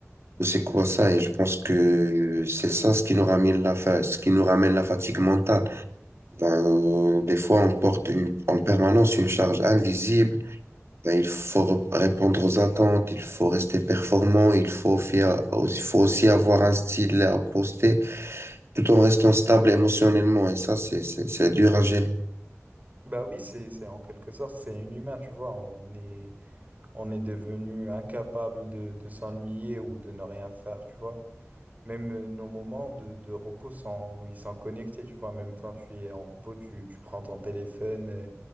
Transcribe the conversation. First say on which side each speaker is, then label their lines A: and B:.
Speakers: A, on the right; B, on the right.
A: ou c'est quoi ça? Et je pense que c'est ça ce qui nous ramène la, fa- ce qui nous ramène la fatigue mentale. Ben, des fois, on porte une- en permanence une charge invisible. Ben, il faut re- répondre aux attentes, il faut rester performant, il faut, faire, il faut aussi avoir un style à poster tout en restant stable émotionnellement. Et ça, c'est, c'est, c'est dur à gérer.
B: Bah oui, c'est, c'est en quelque sorte, c'est inhumain, tu vois, on est, on est devenu incapable de, de s'ennuyer ou de ne rien faire, tu vois. Même euh, nos moments de, de repos sont, ils sont connectés, tu vois, même quand tu es en repos, tu, tu prends ton téléphone euh,